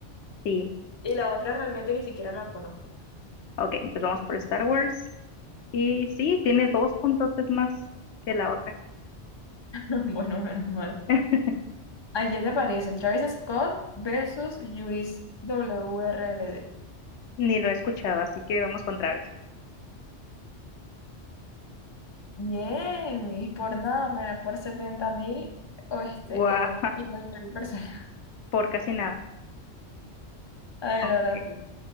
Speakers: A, on the left (about 75°); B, on the left (about 25°).
A: sí.
B: Y la otra realmente ni siquiera la conozco.
A: Ok, entonces vamos por Star Wars. Y sí, tiene dos puntotes más que la otra.
B: <laughs> Bueno, menos mal.
A: <laughs>
B: ¿A qué te parece? Travis Scott versus Luis WRLD.
A: Ni lo he escuchado, así que vamos con Travis.
B: Bien, y por nada, mira, por setenta mil o este,
A: Guau,
B: eh, y las mil personas.
A: por casi nada.
B: <laughs> A ver,
A: Ok.
B: ahora tú.